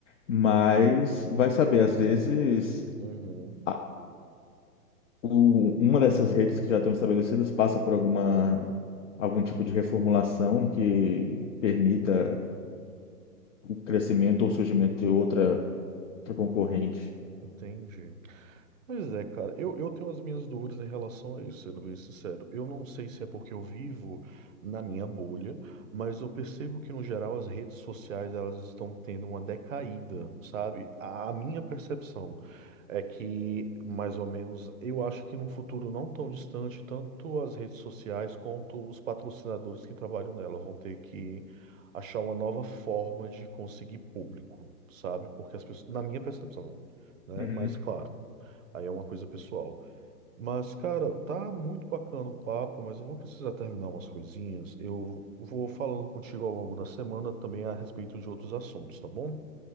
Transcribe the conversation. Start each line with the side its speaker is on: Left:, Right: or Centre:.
Left: mas vai saber, às vezes
Right: uhum,
Left: a- o- uma dessas redes que já estão estabelecidas passa por alguma, algum tipo de reformulação que permita o crescimento ou surgimento de outra, outra concorrente.
Right: entendi. Pois é, cara, eu, eu tenho as minhas dúvidas em relação a isso, sendo bem sincero. Eu não sei se é porque eu vivo na minha bolha, mas eu percebo que, no geral, as redes sociais elas estão tendo uma decaída, sabe? A, a minha percepção é que, mais ou menos, eu acho que num futuro não tão distante, tanto as redes sociais quanto os patrocinadores que trabalham nela vão ter que achar uma nova forma de conseguir público, sabe? Porque as pessoas, na minha percepção, né?
Left: Uhum.
Right: Mas claro. Aí é uma coisa pessoal. Mas, cara, tá muito bacana o papo, mas eu vou precisar terminar umas coisinhas. Eu vou falando contigo ao longo da semana também a respeito de outros assuntos, tá bom?